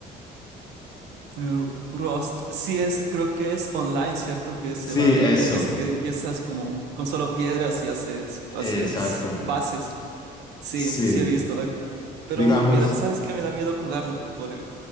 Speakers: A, on the right; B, on the left.
A: Eh, Rust, sí, ese creo que es online, ¿cierto? Que se
B: Sí,
A: van,
B: eso,
A: que, que, se- que empiezas como con solo piedras y haces, haces
B: exacto.
A: bases. Sí,
B: Sí,
A: sí he visto. eh, Pero
B: digamos.
A: no, me da, ¿sabes qué? Me da miedo jugarlo por, el-